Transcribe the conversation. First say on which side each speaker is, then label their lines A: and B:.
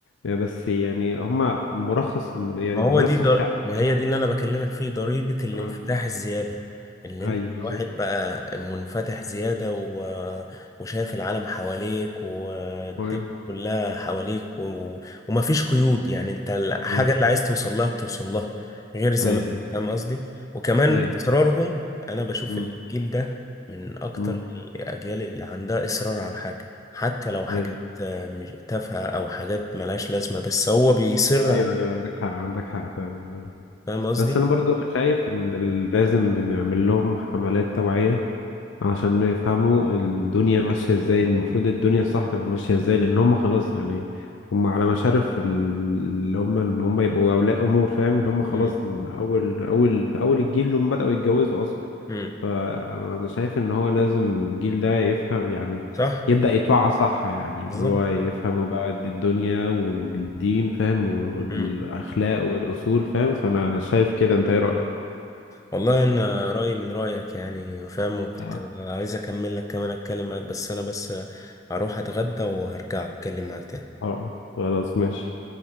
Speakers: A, on the left; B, on the left.
A: آه، بس يعني هم مرخص يعني
B: ما هو
A: مرسخ
B: دي در...
A: في عقلها.
B: ما هي دي اللي انا بكلمك فيه ضريبة الانفتاح
A: آه.
B: الزيادة اللي
A: ايوه
B: انت
A: بالظبط
B: الواحد بقى منفتح زيادة و... وشايف العالم حواليك والدنيا
A: ايوه
B: كلها حواليك و... ومفيش قيود يعني انت الحاجة
A: آه.
B: اللي عايز توصل لها بتوصل لها غير زمان
A: ايوه
B: فاهم قصدي وكمان
A: ايوه
B: اصرارهم انا بشوف
A: امم
B: الجيل ده من اكتر
A: امم
B: الاجيال اللي عندها اصرار على الحاجة حتى لو حاجات
A: ايوه
B: آه، مش- تافهة او حاجات ملهاش لازمة بس هو بيصر
A: ايوه
B: على
A: ايوه عندك حق عندك حق فعلا أيوه.
B: فاهم قصدي
A: بس انا برضو شايف ان لازم نعمل لهم حملات توعية عشان يفهموا الدنيا ماشية ازاي المفروض الدنيا الصح تبقى ماشية ازاي لأن هم خلاص يعني هم على مشارف ال- اللي هم إن هم يبقوا أولياء أمور فاهم اللي هم خلاص
B: امم
A: أول أول في أول الجيل اللي هم بدأوا يتجوزوا أصلا
B: امم
A: فأنا شايف إن هو لازم الجيل ده يفهم يعني
B: صح
A: يبدأ يتوعى صح يعني اللي
B: بالظبط
A: هو يفهموا بقى الدنيا والدين فاهم والأخلاق
B: امم
A: والأصول فاهم فأنا شايف كده أنت إيه رأيك؟
B: والله انا رايي من رايك يعني فاهم وكنت
A: آه.
B: عايز اكمل لك كمان اتكلم معاك بس انا بس اروح اتغدى وهرجع اتكلم معاك تاني
A: اه خلاص ماشي